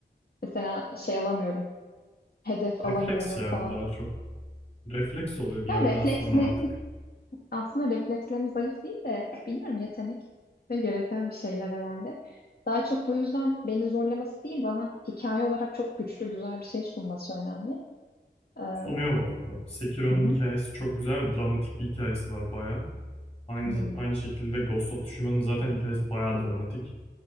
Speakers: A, on the left; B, on the left.
A: Mesela şey alamıyorum. Hedef alamıyorum
B: Refleks ya
A: falan.
B: daha çok. Refleks oluyor bir
A: Ya
B: yerden
A: reflekslerim
B: sonra artık.
A: aslında reflekslerim zayıf değil de bilmiyorum yetenek ve gereken bir şeyler herhalde. Daha çok bu yüzden beni zorlaması değil bana hikaye olarak çok güçlü güzel bir şey sunması önemli. Ee, Hı
B: Sunuyor bu arada. Sekiro'nun
A: hı.
B: hikayesi çok güzel ve dramatik bir hikayesi var baya. Aynı,
A: Hmm.
B: aynı şekilde Ghost of Tsushima'nın zaten hikayesi baya dramatik.